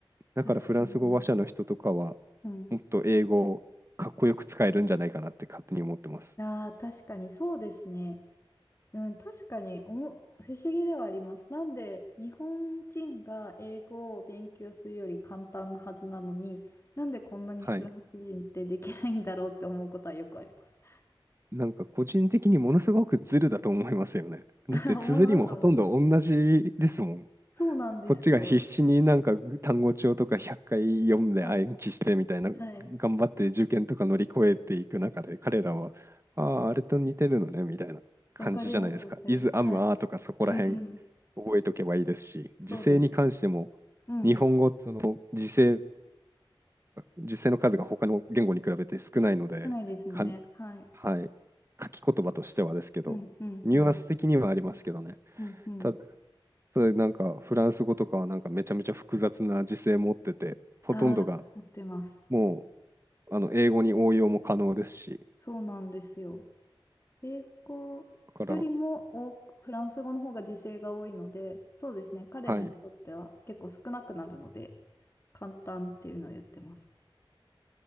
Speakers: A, on the right; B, on the left.
A: だからフランス語話者の人とかは
B: 確かに。うん。
A: もっと英語をかっこよく使えるんじゃないかなって勝手に思ってます。
B: ああ、確かにそうですね。うん、確かにおも、不思議ではあります。なんで日本人が英語を勉強するより簡単なはずなのに、なんでこんなにフランス人ってできないんだろうって思うことはよくあります。
A: はい。なんか個人的にものすごくズルだと思いますよね。
B: <laughs>
A: だって綴りもほとんど同じですもん。
B: 思います、思います。そうなんですよ。
A: こっちが必死になんか単語帳とか100回読んで暗記してみたいな頑張って受験とか乗り越えていく中で彼らはあああれと似てるのねみたいな感じじゃないですか。
B: はい、はい。わかります、わかります。
A: is am
B: はい。
A: are とかそこら辺
B: うんうん、
A: 覚えとけばいいですし時制に関しても
B: そうです。うん。
A: 日本語その、時制実際の数が他の言語に比べて少ないので、
B: 少ないですもんね。
A: かん、
B: はい。
A: はい、書き言葉としてはですけど、
B: うん、うん、
A: ニュアンス的にはありますけどね。
B: うん、うん、うん。
A: た、ただなんかフランス語とかはなんかめちゃめちゃ複雑な時制持ってて、ほとんどが
B: ああ、持ってます。
A: もうあの英語に応用も可能ですし、
B: そうなんですよ。英語よりも多くフランス語の方が時制が多いので、
A: だから、
B: そうですね、彼らにとっては結構少なくなるので、
A: はい。
B: 簡単っていうのは言ってますね。